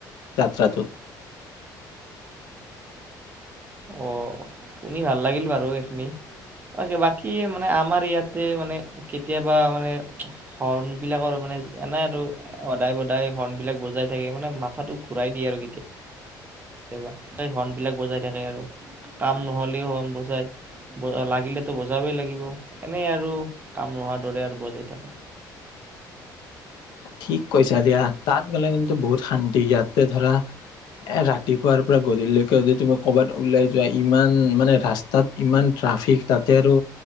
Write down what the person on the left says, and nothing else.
যাত্ৰাটোত।
ঠিক কৈছা দিয়া। তাত গ'লে কিন্তু বহুত শান্তি ইয়াতে ধৰা এ ৰাতিপুৱাৰ পৰা গধূলিকে যদি তুমি কৰ'বাত ওলাই যোৱা ইমান মানে ৰাস্তাত ইমান ট্ৰাফিক তাতে আৰু